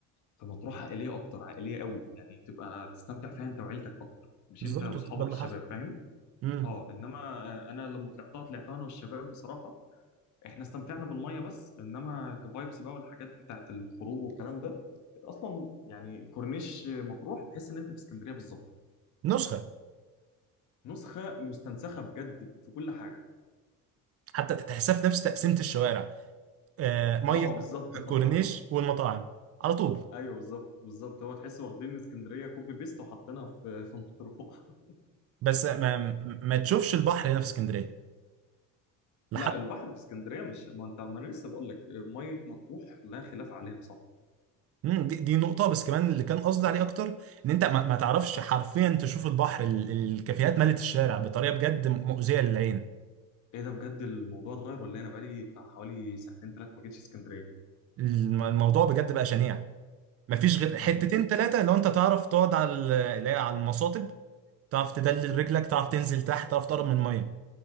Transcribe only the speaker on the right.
بالظبط
وقت ده اللي
حصل
مم.
نسخة
حتى تحسها في نفس تقسيمة الشوارع آه، مية
الكورنيش والمطاعم على طول
بس ما ما تشوفش البحر هنا في اسكندرية لحد
امم دي, دي نقطة بس كمان اللي كان قصدي عليه أكتر إن أنت ما, ما تعرفش حرفيا تشوف البحر ال- الكافيهات ملت الشارع بطريقة بجد مؤذية للعين
الم- الموضوع بجد بقى شنيع مفيش غير حتتين
تلاتة لو أنت تعرف تقعد على ال- اللي هي على المصاطب تعرف تدلل رجلك تعرف تنزل تحت تعرف تقرب من المية